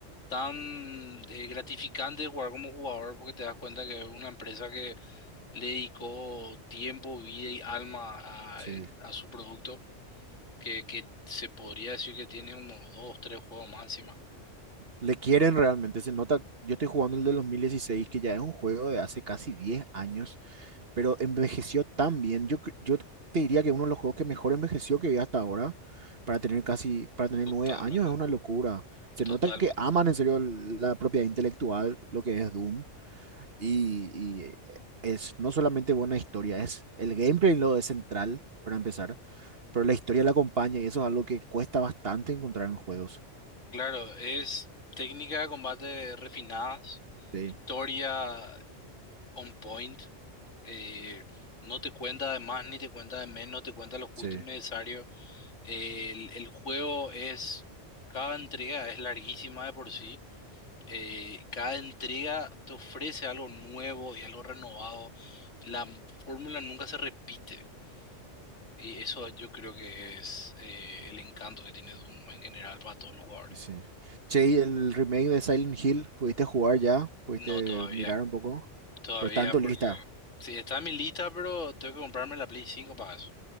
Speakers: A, on the left; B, on the right.
A: tan eh, gratificante jugar como jugador porque te das cuenta que es una empresa que le dedicó tiempo, vida y alma a,
B: sí.
A: a su producto, que, que se podría decir que tiene unos dos, tres juegos más encima.
B: Le quieren realmente, se nota, yo estoy jugando el de dos mil dieciséis que ya es un juego de hace casi diez años pero envejeció tan bien. Yo, cre- yo te diría que uno de los juegos que mejor envejeció que vi hasta ahora, para tener casi, para tener
A: Totalmente,
B: nueve años, es una locura. Se
A: totalmente.
B: nota que aman en serio el- la propiedad intelectual, lo que es Doom, y, y eh, es no solamente buena historia, es el gameplay lo es central, para empezar, pero la historia la acompaña y eso es algo que cuesta bastante encontrar en juegos.
A: Claro, es técnica de combate refinadas,
B: Sí,
A: historia on point. eh, no te cuenta de más ni te cuenta de menos, no te cuenta lo justo
B: sí,
A: y necesario. el, el juego es, cada entrega es larguísima de por sí. eh, cada entrega te ofrece algo nuevo y algo renovado. La fórmula nunca se repite. Y eso yo creo que es eh, el encanto que tiene Doom en general para todos los jugadores.
B: y sí. Che, ¿y el remake de Silent Hill, ¿pudiste jugar ya? ¿Pudiste
A: No, Sí. todavía.
B: mirar un poco?
A: Todavía
B: Por tanto,
A: porque...
B: lista.
A: Sí, está en mi lista, pero tengo que comprarme la Play 5 para eso.